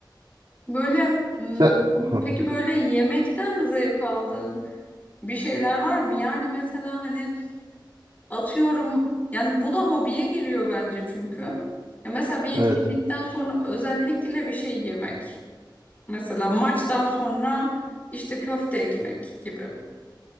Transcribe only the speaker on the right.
Sen... Hah,
Evet.